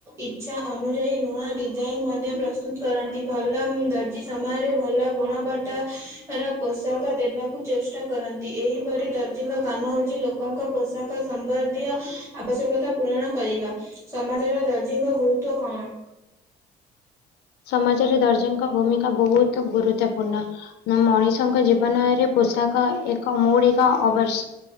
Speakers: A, on the right; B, on the left.
A: ଇଚ୍ଛା ଅନୁଯାୟୀ ନୂଆ ଡିଜାଇନ୍ ମଧ୍ୟ ପ୍ରସ୍ତୁତ କରନ୍ତି ଭଲ ଦର୍ଜି ସମୟରେ ଭଲ ଗୁଣବର୍ତ୍ତା ର ପୋଷାକ ଦେବାକୁ ଚେଷ୍ଟା କରନ୍ତି। ଏହିପରି ଦର୍ଜଙ୍କ କାମ ହଉଚି ଲୋକଙ୍କ ପୋଷାକ ସମ୍ବନ୍ଧୀୟ ଆବଶ୍ୟକତା ପୂରଣ କରିବା। ସମାଜରେ ଦରଜୀଙ୍କ ଗୁରୁତ୍ଵ କଣ?
B: ସମାଜରେ ଦର୍ଜୀଙ୍କ ଭୂମିକା ବହୁତ ଗୁରୁତ୍ୱପୂର୍ଣ୍ଣ। ନାଁ ମଣିଷଙ୍କ ଜୀବନରେ ପୋଷାକ ଏକ ମୌଳିକ ଅବଶ୍